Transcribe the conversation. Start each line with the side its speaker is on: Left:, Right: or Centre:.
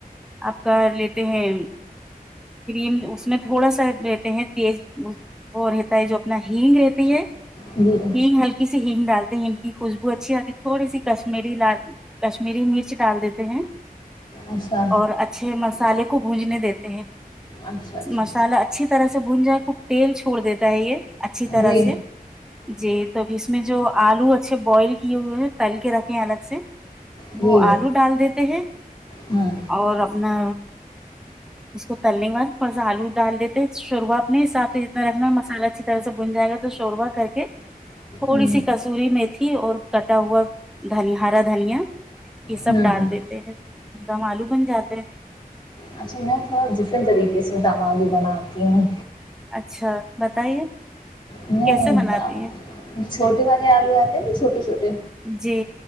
Centre: آپ کا لیتے ہیں کریم اس میں تھوڑا سا رہتے ہیں تیز وہ رہتا ہے جو اپنا ہگ رہتی ہے
Left: جی
Centre: ہگ ہلکی ہگ ڈالتے ہیں ان کی خوشبو اچھی آتی ہے تھوڑی سی کشمیری لال کشمیری مرچ ڈال دیتے ہیں
Left: اچھا
Centre: اور اچھے مسالے کو گونجنے دیتے ہیں
Left: اچھا اچھا
Centre: مسالا اچھی طرح سے سے بونجا خ تیل چھڑ دیتا ہے یہ اچھی طرح
Left: جی
Centre: سے جی تبھی اس میں جو آلو اچھے بوائل کیے ہوئے ہیں تل کے رکھے الگ سے
Left: جی
Centre: وہ آلو ڈال دیتے ہیں
Left: ہوں
Centre: اور اپنا اس کو تلنے کے بعد تھوڑا سا آلو ڈال دیتے ہیں شوربا اپنے حساب سے جتنا رکھنا مسالہ اچھی طرح سے بن جائے گا تو شوربہ کر کے تھوڑی
Left: ہوں
Centre: سی کسور میں تھی اور کٹا ہوا ہرا دنی ہرا دھنیا یہ سب
Left: ہوں
Centre: ڈال دیتے ہیں دام آلو پن جاتے
Left: اچھا میں تھوڑا ڈفرینٹ طریقے سے تم آلو بناتی ہوں
Centre: اچھا بتائیے
Left: میں
Centre: کیسے بناتی ہیں
Left: چھوٹے والے آلو آتے ن چھوٹے چھوٹے
Centre: جی